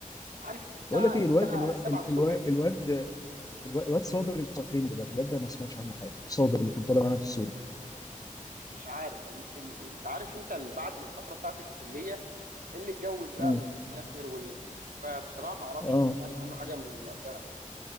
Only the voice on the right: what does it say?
عارف انت الساعه
الساعه
7 الصبح
دي
مش عارف ال... ال... انت عارف انت ال- بعد الفتره بتاعت الكليه اللي اتجوز بقى
واللي سافر وال... فبصراحه ما اعرفش
ما سمعتش عنه حاجه من وقتها